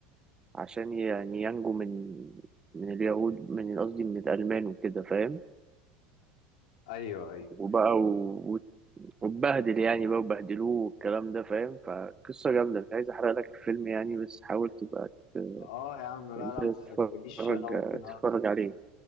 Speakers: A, on the right; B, on the left.
A: عشان يعني ينجو من من اليهود من قصدي من الالمان وكده فاهم
B: ايوه ايوه
A: وبقى و... واتبهدل يعني بقى وبهدلوه والكلام ده فاهم فقصه جامده مش عايز احرق لك الفيلم يعني بس حاول تبقى ت-
B: اه يا عم لا
A: انت
B: لا ما
A: تتفرج
B: تقوليش انا ممكن أ...
A: تتفرج عليه